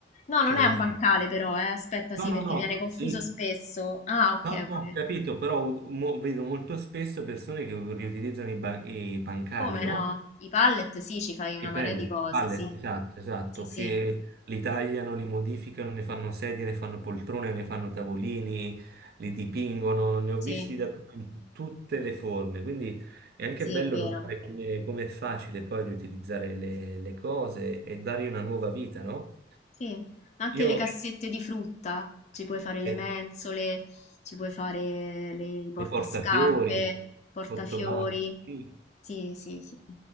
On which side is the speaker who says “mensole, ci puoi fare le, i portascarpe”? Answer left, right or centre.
Left